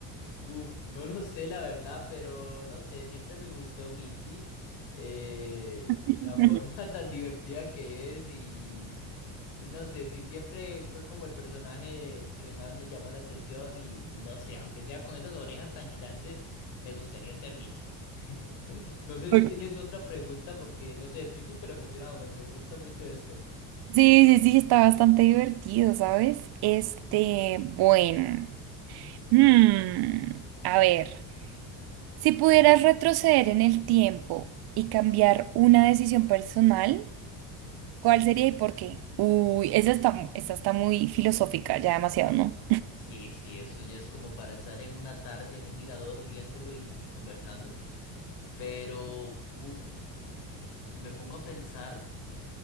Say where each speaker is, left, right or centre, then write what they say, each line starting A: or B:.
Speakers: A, on the left; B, on the right.
A: Uf, no lo sé, la verdad, pero no sé, siempre me gustó Mickey, eh,
B: <laughs>
A: la forma <laughs> tan divertida que es y... Y no sé, si siempre fue como el personaje que más me llamó la atención y, y no sé, aunque sea con esas orejas tan gigantes, me gustaría ser Mickey. <laughs> No sé si
B: Ok.
A: tienes otra pregunta porque no sé, estoy súper emocionado, me, me gusta mucho esto.
B: Sí, sí, sí, está bastante divertido, ¿sabes? Este, bueno. Hmm, a ver, si pudieras retroceder en el tiempo y cambiar una decisión personal, ¿cuál sería y por qué? Uy, esa está, mu- esa está muy filosófica, ya demasiado, ¿no?
A: Sí, sí, eso ya es como para estar en una tarde en un mirador viéndolo y, y conversándolo. Pero, uff, si me pongo a pensar,